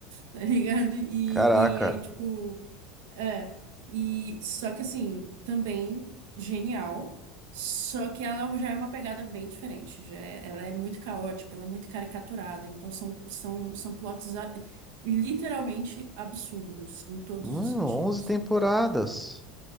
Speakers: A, on the right; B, in the centre.
A: Tá ligado? E,
B: Caraca,
A: e aí, tipo. É, e só que assim, também genial, só que ela já é uma pegada bem diferente, já é- ela é muito caótica, ela é muito caricaturada, então são, são, são plots a- literalmente absurdos em todos
B: mano,
A: os sentidos.
B: 11 temporadas.